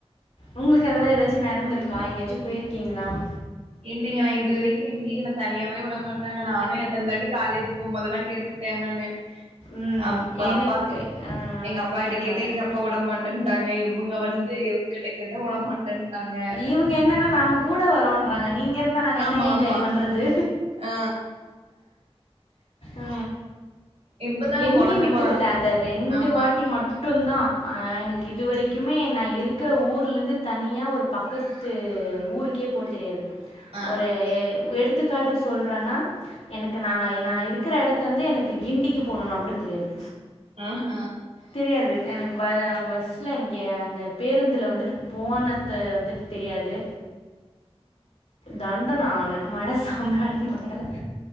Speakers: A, on the left; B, on the right.
A: உங்ளுக்கு அது மாரி எதாச்சு நடந்திருக்கா எங்கேயாச்சு போயிருக்கீங்ளம்
B: இல்லைங்க நா இது வரைக்கு எங்கயு என்ன தனியாவே விடமாட்டாங்க நானு எத்தன் தாட்டி காலேஜ் போம் போதெல்லா கேட்டு ட்ட நானு
A: ம்,
B: அப்ப
A: எனக்கு
B: அப்பாக்கு
A: ஆ,
B: எங்க அப்பா கிட்ட
A: விட
B: கேட்டே
A: மாட்டாங்க
B: எங்க அப்பா வுட மாட் டன்ட்டாங்க இவங்க வந்து இவுங்க கிட்ட கேட்டா வுட மாட்டேன்ட்டாங்க
A: இவங்க என்னென்னா நாம கூட வரோன்றாங்க நீங்க இருந்தா நாங்க என்னயா
B: ஆமா
A: என்ஜாய்
B: ஆமா
A: பண்றது
B: ஆ
A: அ
B: இப்பதாங்க
A: என்னையே
B: கொழந்த
A: விட்டதுல்ல
B: பொ
A: அந்த ரெண்டு
B: ஆமா
A: வாட்டி மட் ட்டுந்தா ஆ எனக்கு இது வரைக்குமே நா இருக்குற ஊர் ட்ல இருந்து தனியா ஒரு பக்கத்து ஊருக்கே போ தெரியாது
B: ஆ
A: ஒரு எடுத் எத்துக்காட்டுக்கு சொல்றேன்னா எனக்கு நா நா இருக்கிற எடத்துலந்து எனக்கு கிண்டிக்கு போணுனா கூட தெரியாது
B: ஆஹ
A: தெரியாது எனக்கு ப பஸ்ஸில எனக்கே அந்த பேருந்துல வந்துட்டு போனத வந்து தெரியாது தண்ட நானு மட சாம்பிராணி மகள